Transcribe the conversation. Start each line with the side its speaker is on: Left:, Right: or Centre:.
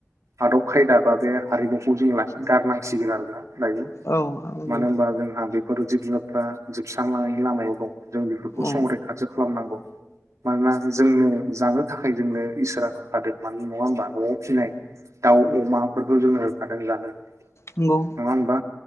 Right: आदब खायदा बा बे हारिमुखौ जों लासैनो गारनांसिगोन आरोना लायो
Left: औ औ
Right: मानो
Left: नंगौ
Right: होनबा जोंहा बे फोर जिब जुनारफ्रा जोबस्रां लांनायनि लामायाव दं जों बेफोरखौ
Left: औ
Right: संरैखाथि खालामनांगौ मानोना जोंनो जानो थाखाय जोंनो इसोरा होखादों मानो नङा होमबा न'आव फिसिनाय दाउ अमाफोरखौ जोंनो होखादों जोंजानो नङा
Left: नंगौ
Right: होनबा